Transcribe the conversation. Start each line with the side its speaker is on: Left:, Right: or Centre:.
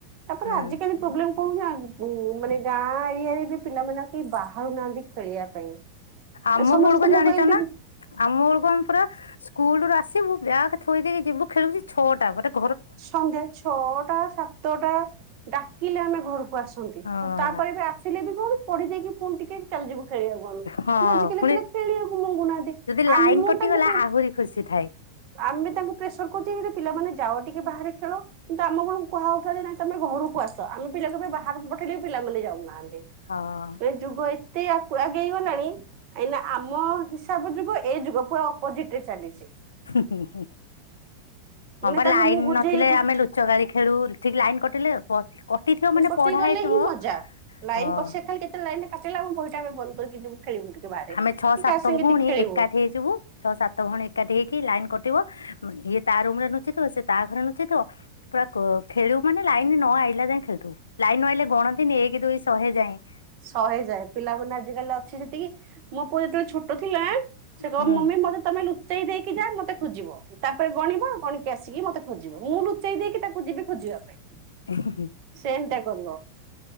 Right: ତାପରେ
Left: ହୁଁ
Right: ଆଜିକାଲି ପ୍ରୋବ୍ଲେମ୍ କଣ କି ଆ ଉଁ-ଉ ମାନେ ଗାଁ ଏରିଆରେ ବି ପିଲାମାନେ ଆଉ କେହି ବାହାରୁ ନାହାନ୍ତି ଖେଳିବା ପାଇଁ।
Left: ଆମ
Right: ସମସ୍ତେ
Left: ବେଳକୁ
Right: ତ
Left: ଜାଣିଛ
Right: ମୋବାଇଲ
Left: ନା ଆମ ବେଳକୁ ଆମେ ପୁରା ସ୍କୁଲୁରୁ ଆସିବୁ ବ୍ୟାଗ ଥୋଇ ଦେଇକି ଯିବୁ ଖେଳିବୁ ଯେ ଛଅଟା ମାନେ
Right: ସନ୍ଧ୍ୟା ଛଅଟା ସାତଟା ଡାକିଲେ ଆମେ ଘରକୁ ଆସନ୍ତି
Left: ହଁ
Right: ତାପରେ ଏବେ ଆସିଲେ ବି କଣ ପଢି ଦେଇକି ପୁଣି ଟିକେ ଚାଲି ଯିବୁ ଖେଳିବାକୁ ଆମେ କିନ୍ତୁ
Left: ହଁ
Right: ଆଜିିକାଲି
Left: ପୁଣି
Right: ପିଲା ଖେଳିବାକୁ ମଙ୍ଗୁନାହାନ୍ତି
Left: ଯଦି ଲାଇନ
Right: ଆମ ମୁଁ
Left: କଟିଗଲା
Right: ତାଙ୍କୁ ପ୍ରେ
Left: ଆହୁରି ଖୁସି ଥାଏ।
Right: ଆମେ ତାଙ୍କୁ ପ୍ରେସର କରୁଛେ କି କିରେ ପିଲାମାନେ ଯାଅ ଟିକେ ବାହାରେ ଖେଳ। କିନ୍ତୁ ଆମ କଣଙ୍କୁ କୁହାଯାଉଥିଲା ଯେ ନାଇଁ ତମେ ଘରକୁ ଆସ ଆମେ ପିଲାକୁ ବି ବାହାରକୁ ପଠେଇଲେ ବି ପିଲାମାନେ ଯାଉନାହାନ୍ତି।
Left: ହଁ-ଅ।
Right: ଏ ଯୁଗ ଏତେ ଆଗ୍ ଆଗେଇ ଗଲାଣି ଏଇନା ଆମ ହିସାବ ଯୁଗ ଏଇ ଯୁଗ ପୁରା ଅପୋଜିଟ ରେ ଚାଲିଛି।
Left: ହୁଁ ହୁଁ।
Right: ମାନେ
Left: ହଁ ବା
Right: ତାଙ୍କୁ
Left: ଲାଇନ
Right: ମୁଁ ବୁଝେଇ
Left: ନଥିଲେ ଆମେ ଲୁଚ କାଳି ଖେଳୁ ଠିକ ଲାଇନ କଟିଲେ କ କଟିଥିବ ମାନେ
Right: କଟି
Left: ପଢା
Right: ଗଲେ
Left: ହେଇଥିବ
Right: ହିଁ ମଜା ଲାଇନ
Left: ହଁ
Right: କସ ଖାଲି କେତେ ଲାଇନରେ କଟିଲା ଆମ ବହିଟା ଆମେ ବନ୍ଦ କରିକି ଯିବୁ ଖେଳିବୁ ଟିକେ। ବାହାରେ
Left: ଆମେ ଛଅ
Right: କି
Left: ସାତ
Right: କାହା ସାଙ୍ଗେ
Left: ଭଉଣୀ
Right: ଟିକେ ଖେଳିବୁ
Left: ଏକାଠି ହେଇଯିବୁ। ଛଅ ସାତ ଭଉଣୀ ଏକାଠି ହେଇକି ଲାଇନ କଟିବ ଇଏ ତା ରୁମ ରେ ନୁଚିଥିବ ସେ ତା ଘରେ ନୁଚିଥିବ ପୁରା କ ଖେଳିବୁ ମାନେ ଲାଇନ ନ ଆଇଲା ଯାଏଁ ଖେଳୁୁଥିବୁ ଲାଇନ ନ ଆଇଲେ ଗଣତିନି ଏକ ଦୁଇ ଶହେ ଯାଏଁ।
Right: ଶହେଯାଏ ପିଲାମାନେ ଆଜି କାଲି ଅଛି ସେତିକି ମୋ ପୁଅ ଯେତେବେଳେ ଛୋଟ ଥିଲାଁ ସେ କହେ
Left: ହୁଁ
Right: ମମି ମତେ ତମେ ଲୁଚେଇ ଦେଇକି ଯା ମତେ ଖୋଜିବ। ତାପରେ ଗଣିବ ଗଣିକି ଆସିକି ମତେ ଖୋଜିବ ମୁଁ ଲୁଚେଇ ଦେଇକି ତାକୁ ଯିବି ଖୋଜିବା ପାଇଁ।
Left: ଉ ହ ହ।
Right: ସେମିତିଆ କରିବ,